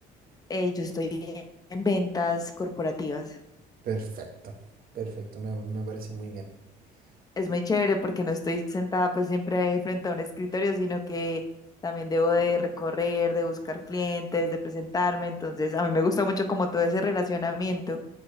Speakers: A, on the left; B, on the right.
A: Eh, yo estoy en ventas corporativas.
B: Perfecto, perfecto, me, me parece muy bien.
A: Es
B: Y-
A: muy chévere
B: y
A: porque no estoy sentada pues siempre frente a un escritorio, sino que también debo de recorrer, de buscar clientes, de presentarme. Entonces, a mí me gusta mucho como todo ese relacionamiento.